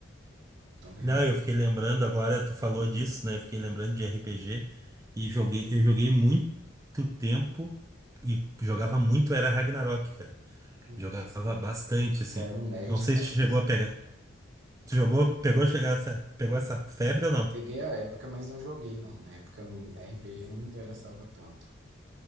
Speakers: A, on the right (about 65°); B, on the right (about 15°).
A: Tomb Raider,
B: Não, eu fiquei lembrando agora, tu falou
A: um
B: disso, né? Eu fiquei lembrando de RPG e joguei, eu joguei muito tempo e jogava muito, era Ragnarok, cara.
A: nossa,
B: Jogava bastante, assim.
A: você era um nerd
B: Não sei
A: raiz.
B: se tu chegou a pegar. Tu jogou, pegou, chegar, essa- pegou essa febre ou não?
A: Peguei a época, mas não joguei, não. Na época, não- RPG não me interessava tanto.